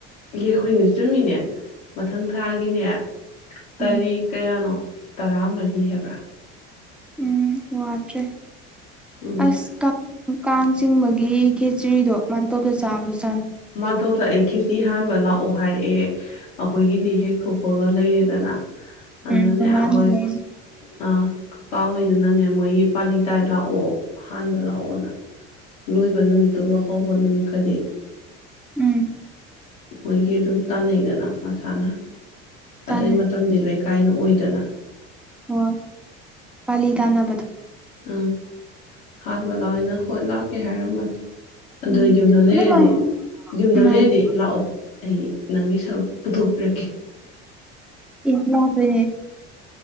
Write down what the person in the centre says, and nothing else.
ꯎꯝ
ꯎꯝ ꯋꯥꯗ꯭ꯔꯦ
ꯑꯁ ꯀ ꯀꯥꯡ ꯆꯤꯡꯕꯒꯤ ꯈꯦꯆ꯭ꯔꯤꯗꯣ ꯃꯥꯟꯇꯣꯞꯇ ꯆꯥꯕꯁꯨ
ꯎꯝ ꯇꯣꯉꯥꯟꯅ
ꯂꯩ
ꯎꯝ
ꯇꯥꯟꯅꯩ
ꯑꯣ ꯀꯂꯤꯗꯥ ꯅꯅꯕꯗ
ꯎꯝ
ꯑꯗꯨꯃꯥꯏꯅ
ꯃꯥꯅꯦ
ꯏꯂꯁꯦ